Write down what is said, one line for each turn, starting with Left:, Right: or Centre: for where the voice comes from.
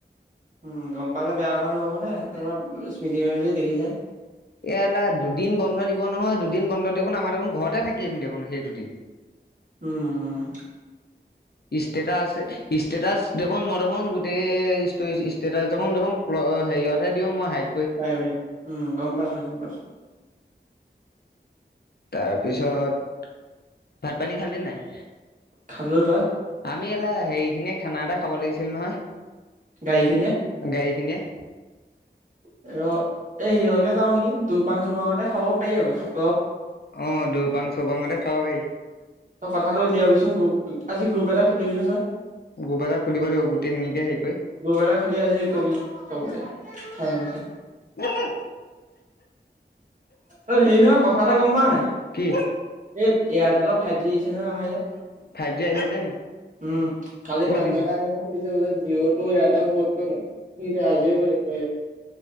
Right: উম, গ'ম পালে বেয়া কথা নহ'ব নে? তহঁতক স্মৃতি মেমে যদি দেখি যায়?
Left: !!!!!!!!!!, দুদিন বন্ধ দিব নহয়, দুদিন বন্ধত দেখোন, আমাৰ দেখোন, ঘৰতে থাকিম দেখোন, সেই দুদিন।
Right: উম, উম।
Left: ইচষ্টেটাছ-ইচষ্টেটাছ দেখোন ম দেখোন, গোটেই ইচষ্টই, ইচষ্টেটাছ দেখোন-দেখোন ক্ল, হেৰিয়তহে দিওঁ, মই হাইট
Right: প্ৰাইভেত। উম, গ'ম পাইছোঁ, গ'ম পাইছোঁ।
Left: তাৰ পিছত, ভাত-পানী খালিন নাই?
Right: খালোঁ, তই?
Left: আমি! !!!!!!!!!, হেৰিখিনিয়ে খানা এটা খাব লাগিছিল নহয়?
Right: গাড়ীখিনিয়ে
Left: গাড়ী খিনিয়ে।
Right: এ, ৰ, এই <unintelligible> কে যাওঁ নেকি, দুুপাং চুপাঙতে খাব পাৰি আকৌ, খা
Left: অ', দুবাং চোপাংতে খাব পাৰি।
Right: তই কথাটো উলিয়াবিচোন গ্ৰুপ, আজি গ্ৰুপ এটা খুলিবিচোন তই।
Left: গ্ৰুপ এটা খুলিব লাগিব গোটেইখিনিকে হেৰি কৰি
Right: গ্ৰুপ এটা খুলি আজি কবি, সবকে। ঠেক আছে।
Left: উম <unintelligible>
Right: অ', হেৰি নহয়, কথা এটা গম পাৱন নাই?
Left: কি
Right: এই এয়াৰটেলত ফাইভ জি দিছে ন আমাৰ ইয়াত।
Left: ফাইভ জি আহিছে নি
Right: উম, কালি
Left: ক'ত
Right: মানুহ
Left: দিছে
Right: এটা আহি সুধিছে, বোলে জিঅ' টো এয়াৰটেল বত কৰি ল সি আজিয়ে কৰিছে।